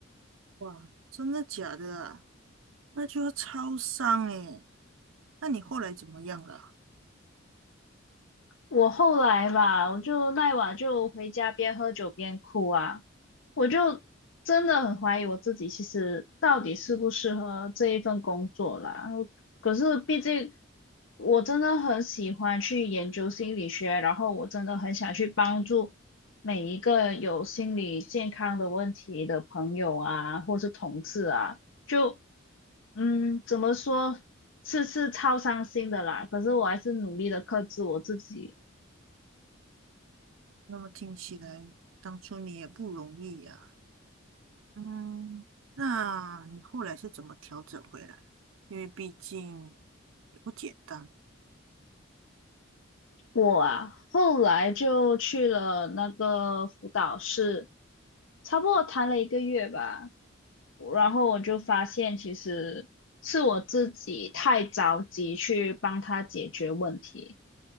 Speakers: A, on the right; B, on the left.
A: 哇，真的假的啊？那就要超商诶。那你后来怎么样了？
B: 我后来吧，我就那晚就回家边喝酒边哭啊，我就真的很怀疑我自己，其实到底适不适合这一份工作啦。可是毕竟我真的很喜欢去研究心理学，然后我真的很想去帮助每一个有心理健康的问题的朋友啊，或是同事啊，就嗯，怎么说？是是超伤心的啦，可是我还是努力的克制我自己，
A: 那么听起来，当初你也不容易呀、嗯，那你后来是怎么调整回来？因为毕竟也不简单，
B: 我啊，后来就去了那个辅导室，差不多谈了一个月吧。然后我就发现，其实是我自己太着急去帮他解决问题，